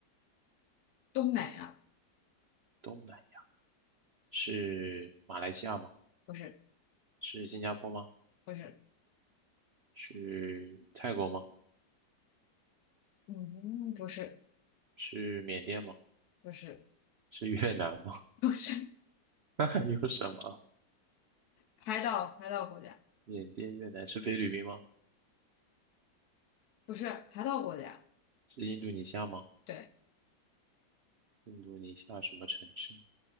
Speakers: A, on the left (about 70°); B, on the right (about 80°).
A: 东南亚，
B: 东南亚？是马来西亚吗？
A: 不是，
B: 是新加坡吗？
A: 不是，
B: 是泰国吗？
A: 嗯，不是，
B: 是缅甸吗？
A: 不是，
B: 是越南吗？<laughs>
A: 不是，
B: 那还有什么？
A: 海岛海岛国家，
B: 缅甸、越南是菲律宾吗？
A: 不是海岛国家，
B: 是印度尼西亚吗？
A: 对，
B: 印度尼西亚什么城市？